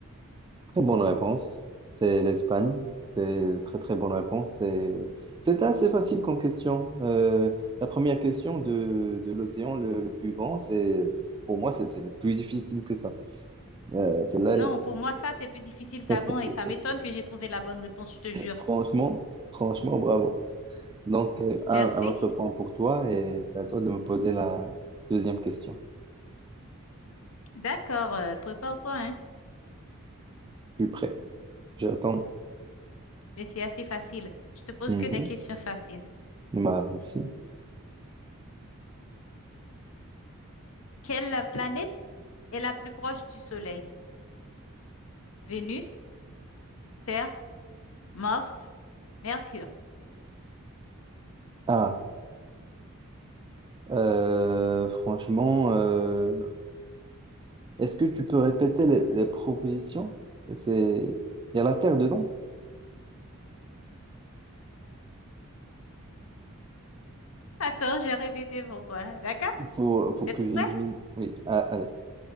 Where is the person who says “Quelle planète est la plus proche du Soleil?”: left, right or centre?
Left